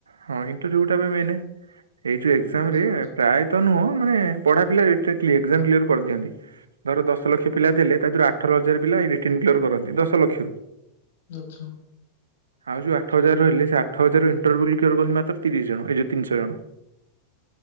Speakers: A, on the right; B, on the left.
A: ହଁ ଇଣ୍ଟରୁ ଟା ମ ଏଇ ଯୋଉ ଏାମ
B: ଆଚ୍ଛା
A: ରେ
B: ଆଚ୍ଛା
A: ପ୍ରାୟ ତ ନୁହଁ ମାନେ ପଢା ପିଲା। ଏକ୍ଜାମ୍ କ୍ଲିଅର ଦିଅନ୍ତି ଧର ଦଶ ଲକ୍ଷ
B: ନା-
A: ପିଲା ଥିଲେ ତାତରୁ ଆଠ ଲକ୍ଷ। ହଜାର ପିଲା ରିଟିର୍ନ୍ କ୍ୟର କରନ୍ତି ଦଶ ଲକ୍ଷ।
B: ଆଚ୍ଛା।
A: ଆଉ ଯୋଉ ଆଠ ହଜାର ରିଲ ସେ ଆଠ ହଜାରରୁ ଇଣ୍ରଭୁଲ ମାତ୍ର ତିରିଶ ଜଣ ଏ ଯୋଉ ତିନିଶ ଜଣ।